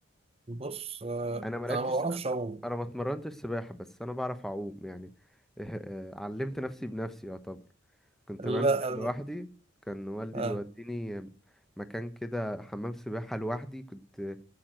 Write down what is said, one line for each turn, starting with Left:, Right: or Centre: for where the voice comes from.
Right: بص آه،
Centre: انا ما لعبتش
Right: انا ما بعرفش اعوم
Centre: انا ما اتمرنتش سباحة بس انا بعرف اعوم يعني <laughs> علمت نفسي بنفسي يعتبر كنت
Right: لا
Centre: بنزل
Right: انا
Centre: لوحدي كان والدي
Right: آه
Centre: بيوديني مكان كده حمام سباحة لوحدي كنت